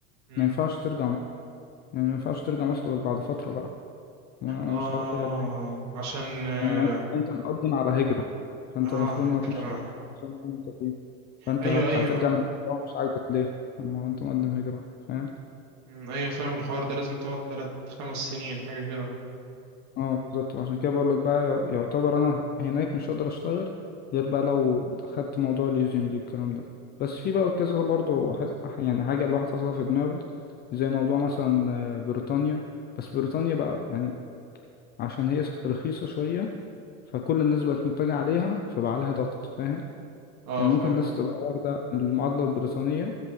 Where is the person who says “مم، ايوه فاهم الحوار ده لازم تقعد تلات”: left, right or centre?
Right